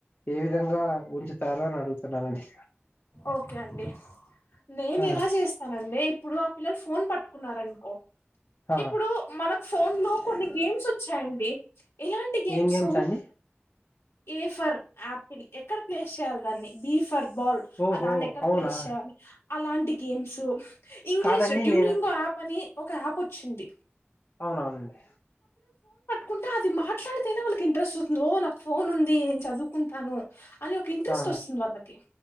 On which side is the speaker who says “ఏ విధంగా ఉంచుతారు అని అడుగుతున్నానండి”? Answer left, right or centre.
Left